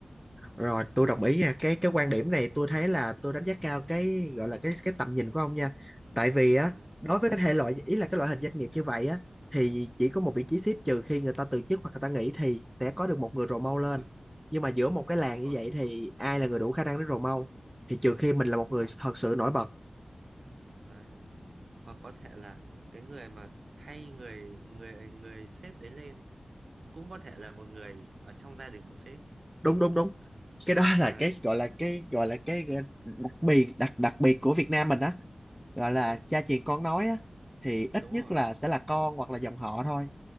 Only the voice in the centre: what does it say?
Rồi, tôi đồng ý nha. Cái cái quan điểm này tôi thấy là tôi đánh giá cao cái gọi là cái cái tầm nhìn của ông nha. Tại vì á
đối với cái thể loại ý là cái loại hình doanh nghiệp như vậy á thì chỉ có một vị trí sếp trừ khi người ta từ chức hoặc người ta nghỉ thì sẽ có được một người rồ mau
lên.
Nhưng mà giữa một cái làng
như
vậy thì ai là người đủ khả năng để rồ mau? Thì trừ khi mình là
một người
thật sự nổi bật.
Đúng đúng đúng. Cái đó là
cái gọi là cái gọi là cái đặc biệt đặc đặc biệt của Việt Nam mình á, gọi
là cha truyền con nói á thì ít
nhất
là sẽ là con hoặc là dòng họ thôi